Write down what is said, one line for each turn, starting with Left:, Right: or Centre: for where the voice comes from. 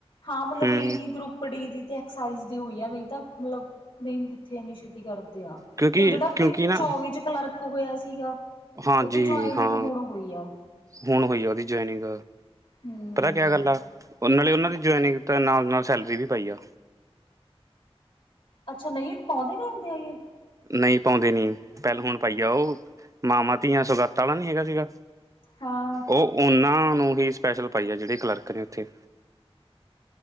Left: ਹਾਂ, ਮਤਲਬ
Right: ਹਮ
Left: ਇਹੀ ਗਰੁੱਪ। ਪ ਡੀ ਤੇ ਐਕਰਸਾਈਜ਼ ਦੀ ਹੋਈ ਆ, ਨਹੀਂ ਤਾਂ ਮਤਲਬ, ਨਹੀਂ ਕਿੱਥੇ ਇੰਨੀ ਛੇਤੀ ਕਰਦੇ ਆ।
Right: ਕਿਉਂਕਿ
Left: ਤੇ ਉਹ ਜਿਹੜਾ
Right: ਕਿਉਂਕਿ ਨਾ
Left: ਚੌਵੀ ਚ ਕਲਰਕ ਹੋਇਆ ਸੀਗਾ,
Right: ਹਾਂਜੀ
Left: ਉਹਦੀ ਜਆਇਨਿੰਗ
Right: ਹਾਂ
Left: ਹੁਣ ਹੋਈ ਆ।
Right: ਹੁਣ ਹੋਈ ਆ ਉਹਦੀ ਜੁਆਇਨਿੰਗ,
Left: ਹਮ
Right: ਪਤਾ ਕਿਆ ਗੱਲ ਆ। ਉਹਨਾਂ ਨੇ ਉਹਨਾਂ ਦੀ ਜੁਆਇਨਿੰਗ ਤੇ ਨਾਲ ਨਾਲ ਸੈਲਰੀ ਵੀ ਪਾਈ ਆ।
Left: ਅੱਛਾ ਨਹੀਂ ਪਾਉਂਦੇ ਨੀ ਹੁੰਦੇ ਏ
Right: ਨਹੀਂ ਪਾਉਂਦੇ ਨੀ, ਪਹਿਲ ਹੁਣ ਪਾਈ ਆ, ਉਹ ਮਾਵਾਂ ਧੀਆਂ ਸਗਾਤਾਂ ਵਾਲਾ ਨੀ ਹੈਗਾ ਸੀਗਾ।
Left: ਹਾਂ।
Right: ਉਹ ਉਹਨਾਂ ਨੂੰ ਹੀ ਸਪੈਸ਼ਲ ਪਾਈ ਆ, ਜਿਹੜੇ ਕਲਰਕ ਨੇ ਉੱਥੇ।